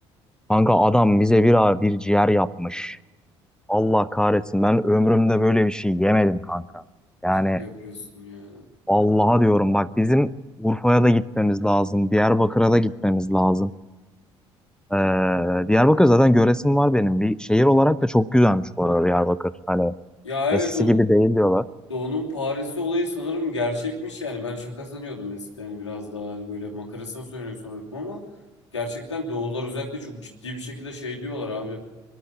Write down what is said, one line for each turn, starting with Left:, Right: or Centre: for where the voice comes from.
Centre: Kanka adam bize bir ağır bir ciğer yapmış. Allah kahretsin ben ömrümde böyle bir şey yemedim kanka. Yani
Left: şaka yapıyorsun ya.
Centre: Allah'a diyorum bak bizim Urfa'ya da gitmemiz lazım. Diyarbakır'a da gitmemiz lazım. Ee, Diyarbakır zaten göresim var benim. Bir şehir olarak da çok güzelmiş bu arada Diyarbakır. Hani
Left: Ya evet
Centre: eskisi
Left: o
Centre: gibi değil diyorlar.
Left: Doğu'nun Paris'i olayı sanırım gerçekmiş yani ben şaka sanıyordum eskiden hani biraz daha hani böyle makarasına söylüyor sanıyordum ama gerçekten Doğular özellikle çok ciddi bir şekilde şey diyorlar abi